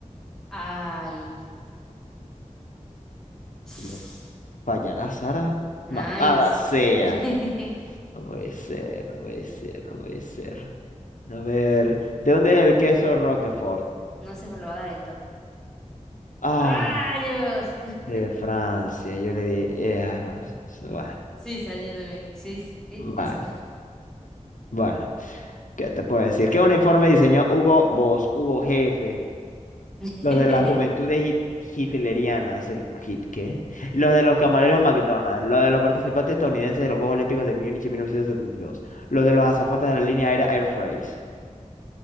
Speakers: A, in the centre; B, on the left (about 80°).
A: Ay. <sniffs>
B: ¿Lo
A: <sighs>
B: fallará, Sara?
A: Nice.
B: Malvada sea.
A: <laughs>
B: No puede ser, no puede ser, no puede ser. A ver, ¿de dónde es el queso Roquefort?
A: No sé, pero lo va a dar esto.
B: Ah,
A: ¡Rayos! <laughs>
B: de Francia. Yo le di. eh, ah, bueno,
A: Sí, salió también. Sí, sí,
B: bueno,
A: eso.
B: bueno. ¿Qué te puedo decir? qué un informe diseñó Hugo Boss, Hugo Jefe,
A: <laughs>
B: los de las juventudes hit- hitlerianas, el hit qué, los de los camareros de McDonald's, los de los participantes estadounidenses de los Juegos Olímpicos de Múnich en mil novecientos setenta y dos los de los azafatas de la línea aérea Air France.